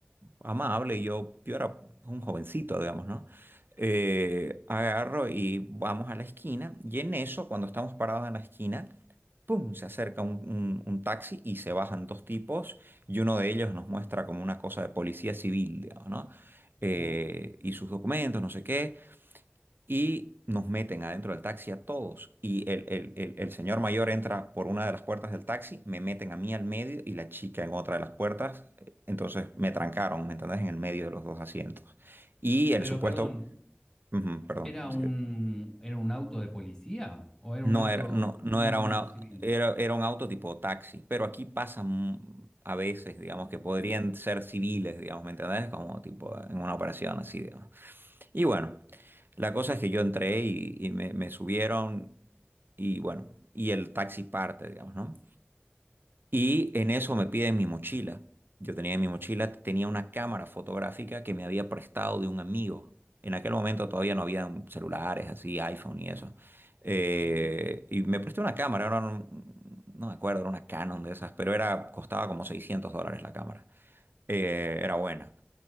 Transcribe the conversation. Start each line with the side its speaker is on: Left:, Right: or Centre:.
Right: amable, yo, yo era un jovencito, digamos, ¿no? Eh, agarro y vamos a la esquina y en eso, cuando estamos parados en la esquina, ¡pum! Se acerca un, un- un taxi y se bajan dos tipos y uno de ellos nos muestra como una cosa de policía civil, digamos, ¿no? Eh,
Left: Uh,
Right: y sus documentos, no sé qué y nos meten adentro del taxi a todos. Y el, el- el- el señor mayor entra por una de las puertas del taxi, me meten a mí al medio y la chica en otra de las puertas. eh, Entonces me trancaron, ¿me entendés? En el medio de los dos asientos. Y el
Left: Pero
Right: supuesto,
Left: perdón,
Right: ujú, perdón,
Left: ¿Era
Right: sí,
Left: un, era un auto de policía o era
Right: no
Left: un auto
Right: era, no, no
Left: normal
Right: era una,
Left: civil?
Right: era, era un auto tipo taxi, pero aquí pasan a veces, digamos,
Left: Mm,
Right: que podrían ser civiles, digamos, ¿me entendés? Como tipo en una operación así, digamos. Y bueno, la cosa es que yo entré y, y me, me subieron y bueno, y el taxi parte, digamos, ¿no? Y en eso me piden mi mochila. Yo tenía en mi mochila, tenía una cámara fotográfica que me había prestado de un amigo. En aquel momento todavía no había celulares así, iPhone y eso. Eh,
Left: ujú,
Right: y me prestó una cámara, era un- no me acuerdo, era una Canon de esas, pero era, costaba como 600 dólares la cámara. Eh, era buena.